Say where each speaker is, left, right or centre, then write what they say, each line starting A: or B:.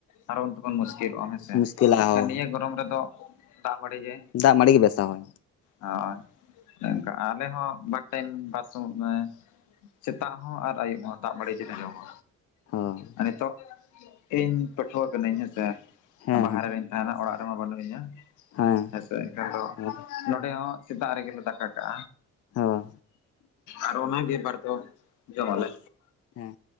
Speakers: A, on the left; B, on the left.
A: ᱟᱨᱚ ᱩᱱ ᱵᱚᱱ ᱢᱩᱥᱠᱤᱞᱚᱜᱼᱟ ᱦᱮᱸ ᱥᱮ
B: ᱢᱩᱥᱠᱤᱞᱟ
A: ᱮᱱᱠᱷᱟᱱ
B: ᱦᱳᱭ
A: ᱱᱤᱭᱟᱹ ᱜᱚᱨᱚᱢ ᱨᱮᱫᱚ ᱫᱟᱜ ᱢᱟᱹᱲᱤ ᱜᱮ
B: ᱫᱟᱜ ᱢᱟᱹᱲᱤ ᱜᱮ ᱵᱮᱥᱟ ᱦᱚᱭ᱾
A: ᱦᱳᱭ ᱚᱱᱮ ᱚᱝᱠᱟ ᱟᱞᱮ ᱦᱚᱸ ᱵᱟᱨ ᱴᱮᱢ ᱵᱟᱨ ᱥᱩᱢᱩᱜ ᱮᱸ ᱥᱮᱛᱟᱜ ᱦᱚᱸ ᱟᱨ ᱟᱹᱭᱩᱵ ᱦᱚᱸ ᱫᱟᱜ ᱢᱟᱹᱲᱤ ᱜᱮᱞᱮ ᱡᱚᱢᱟ᱾
B: ᱦᱳᱭ
A: ᱟᱨ ᱱᱤᱛᱚᱜ ᱤᱧ ᱯᱟᱹᱴᱷᱩᱣᱟᱹ ᱠᱟᱹᱱᱟᱹᱧ ᱦᱮᱸ ᱥᱮ
B: ᱦᱮᱸ
A: ᱵᱟᱦᱟᱨᱮ
B: ᱦᱮᱸ
A: ᱨᱤᱧ ᱛᱟᱦᱮᱱᱟ ᱚᱲᱟᱜ ᱨᱮᱢᱟ ᱵᱟᱹᱱᱩᱜ ᱤᱧᱟ᱾
B: ᱦᱮᱸ
A: ᱦᱮ ᱥᱮ ᱮᱱᱠᱷᱟᱱ ᱫᱚ
B: ᱦᱳᱭ
A: ᱱᱚᱸᱰᱮ ᱦᱚᱸ ᱥᱮᱛᱟᱜ ᱨᱮᱜᱮᱞᱮ ᱫᱟᱠᱟ ᱠᱟᱜᱼᱟ᱾
B: ᱦᱳᱭ
A: ᱟᱨ ᱚᱱᱟ ᱜᱮ ᱵᱟᱨ ᱫᱚᱢ ᱡᱚᱢᱟ ᱞᱮ᱾
B: ᱦᱮᱸ